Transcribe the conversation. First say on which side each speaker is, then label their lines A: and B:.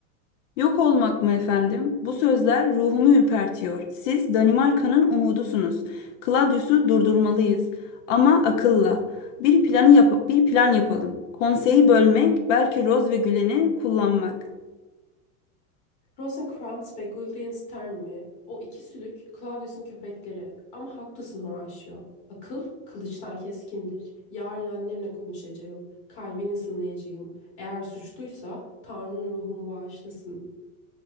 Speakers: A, on the left (about 60°); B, on the left (about 40°).
A: Yok olmak mı efendim? Bu sözler ruhumu ürpertiyor. Siz Danimarka'nın umudusunuz. Claudius'u durdurmalıyız. Ama akılla. Bir planı yap bir plan yapalım. Konseyi bölmek, belki Roz ve Gülen'i kullanmak.
B: Rosencrantz ve Guildenstern mi? O iki sülük Claudius'un köpekleri. Ama haklısın Horatio. Akıl kılıçtan keskindir. Yarın annemle konuşacağım. Kalbini sınayacağım. Eğer suçluysa Tanrı'nın ruhumu bağışlasın.